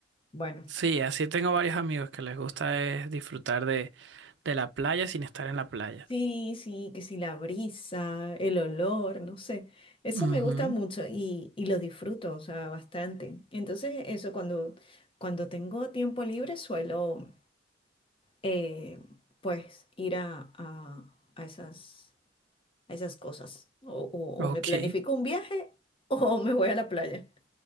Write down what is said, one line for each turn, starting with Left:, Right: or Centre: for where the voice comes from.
Left: bueno.
Right: sí, así tengo varios amigos que les gusta es disfrutar de, de la playa sin estar en la playa.
Left: Sí, sí, que si la brisa, el olor, no sé. Eso
Right: Ujú,
Left: me gusta mucho y, y lo disfruto, o sea, bastante. Entonces, eso cuando, cuando tengo tiempo libre suelo, eh, pues, ir a, a- a esas, a esas cosas. O, o-
Right: Ok,
Left: o me planifico un viaje <laughs> o me voy a la playa.